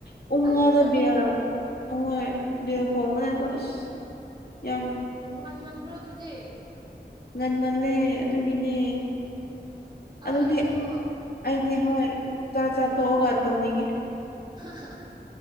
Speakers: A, on the left; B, on the right.
A: ꯄꯨꯡ ꯃꯉꯥꯗ
B: ꯑꯦ ꯇꯜꯂꯦ
A: ꯕꯦꯜ ꯑꯍꯣꯢ ꯕꯦꯜ ꯈꯣꯡꯕꯅꯦ ꯑꯗꯣ ꯑꯁ ꯌꯥꯝ
B: ꯎ ꯉꯟꯃꯟꯗ꯭ꯔꯣ ꯑꯗꯨꯗꯤ
A: ꯉꯟꯃꯜꯂꯦ ꯑꯗꯨꯒꯤꯅꯦ
B: ꯑꯥ
A: ꯑꯗꯨꯗꯤ
B: ꯑꯩꯗꯤꯀꯣ
A: ꯑꯩꯗꯤ ꯍꯣꯏ ꯆꯥ ꯆꯥ ꯇꯣꯛꯑꯒ ꯇꯧꯅꯤꯡꯉꯤ
B: ꯍꯍ